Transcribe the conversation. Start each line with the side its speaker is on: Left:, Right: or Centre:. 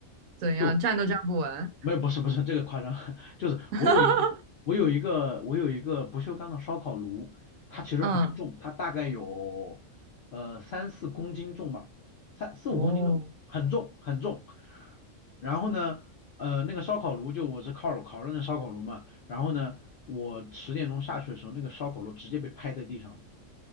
Right: 怎样，
Left: 就。
Right: 站都站不稳，
Left: 没有，不是不是这个夸张，<laughs> 就是我有一个我有一个我有一个不锈钢的烧烤炉，
Right: <laughs>
Left: 它其实很重，
Right: 嗯。
Left: 它大概有呃三四公斤重吧，三四五公斤重，
Right: 哦，
Left: 很重很重。然后呢，呃，那个烧烤炉就我是烤烤肉那烧烤炉嘛，然后呢，我十点钟下去的时候，那个烧烤炉直接被拍在地上了，